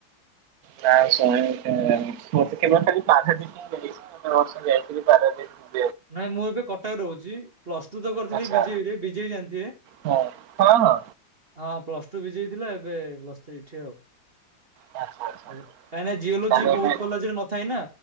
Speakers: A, on the right; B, on the right.
A: ନା ଶୁଣିନି ମୁଁ ତ କେବେଳ ଖାଲି ପାରାଦୀପ ହିଁ ଯାଇଛି କେତେ ବର୍ଷ ଯାଇଥିଲି ପାରାଦୀପ
B: ନାଇଁ ମୁଁ ଏବେ କଟକରେ ରହୁଛି, ପ୍ଲସ ଟୁ ତ କରିଥିଲି
A: ଆଚ୍ଛା
B: ବିଜେବିରେ ବିଜେବି ଜାଣିଥିବେ।
A: ହଁ ହଁ ହଁ।
B: ହଁ, ପ୍ଲସ ଟୁ ବିଜେବିଥିଲା ଏବେ ପ୍ଲସ୍ ଥ୍ରୀ ଏଠି ଆଉ।
A: ଆଚ୍ଛା ଆଚ୍ଛା
B: କାହିଁକିନା ଜିଓଲୋଜି
A: ତାହେଲେ
B: ବହୁତ
A: ଏବେ
B: କଲାଜରେ ନଥାଏ ନା,